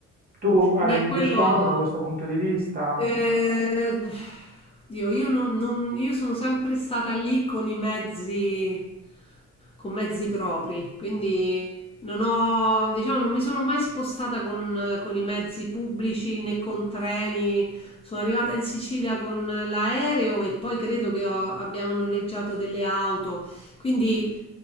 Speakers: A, on the right (about 30°); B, on the left (about 20°).
A: Tu hai
B: Beh, quello
A: riscontro da questo punto di vista?
B: eh, Dio, io non- non- io sono sempre stata lì con i mezzi con mezzi propri, quindi non ho, diciamo, non mi sono mai spostata con, con i mezzi pubblici né con treni. Sono arrivata in Sicilia con l'aereo e poi credo che ho- abbiamo noleggiato delle auto. Quindi,